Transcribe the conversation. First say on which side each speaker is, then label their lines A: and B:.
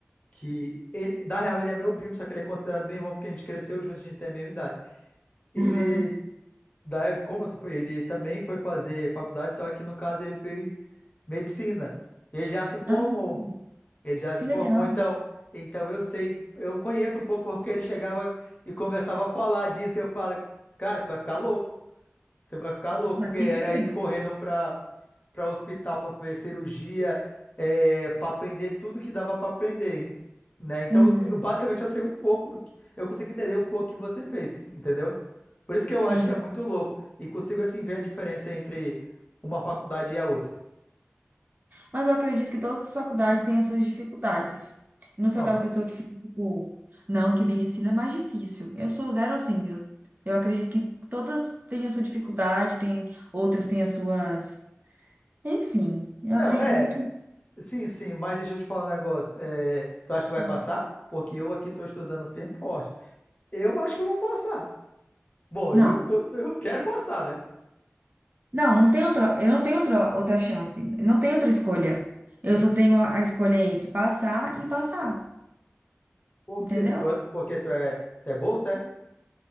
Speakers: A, on the left; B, on the right.
A: que ele, na real, ele é meu primo, só que ele é considerado meu irmão porque a gente cresceu junto, a gente tem a mesma idade. Ele,
B: Aham.
A: da, como eu- ele também foi fazer faculdade, só que no caso ele fez medicina. Ele já se formou.
B: Ah,
A: Ele já se
B: que legal.
A: formou, então, então eu sei, eu conheço um pouco porque ele chegava e começava a falar disso, e eu falo, cara, tu vai ficar louco. Você vai ficar louco,
B: Mas
A: porque
B: fica
A: era
B: mesmo.
A: ele correndo para para hospital para fazer cirurgia, é, para aprender tudo que dava para aprender, né? Então,
B: Uhum.
A: eu- basicamente, eu sei um pouco do que eu consigo entender um pouco que você fez, entendeu? Por isso que eu acho
B: Sim.
A: que é muito louco e consigo assim ver a diferença entre uma faculdade e a outra.
B: Mas eu acredito que todas as faculdades têm as suas dificuldades. Eu não sou
A: Não,
B: aquela pessoa que fica tipo, não, que medicina é mais difícil. Eu sou zero assim. Eu, eu acredito que todas têm a sua dificuldade, tem, outras têm as suas. Enfim, eu acredito
A: não, é,
B: muito.
A: sim, sim, mas deixa eu te falar um negócio. é, tu acha que vai
B: em-
A: passar? Porque eu aqui tô estudando firme e forte. Eu acho que eu vou passar. Bom,
B: Não,
A: eu tô, eu quero passar, né?
B: não, não tem outra, eu não tenho outra, outra chance, não tenho outra escolha. Eu só tenho a, a escolha entre passar e passar,
A: Por
B: entendeu?
A: quê? Tu é, porque tu é, tu é bolsa, é?